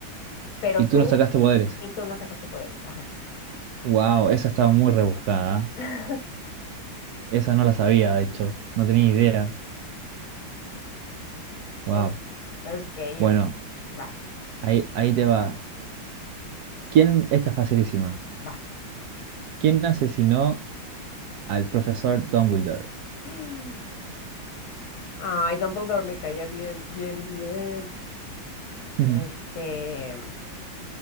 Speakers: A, on the left (about 80°); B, on the right (about 75°).
A: pero
B: Y
A: tú,
B: tú no sacaste poderes.
A: y tú no sacaste poderes, ajá.
B: Wow, esa estaba muy rebuscada.
A: <laughs>
B: ¿eh? Esa no la sabía, de hecho. No tenía idea. Wow.
A: O- Ok,
B: Bueno,
A: ok, va,
B: ahí, ahí te va. ¿Quién? Esta es facilísima.
A: va.
B: ¿Quién asesinó al profesor Dumbledore.
A: <gasps> Ay, Dumbledore me caía bien, bien, bien.
B: Ujú.
A: Este,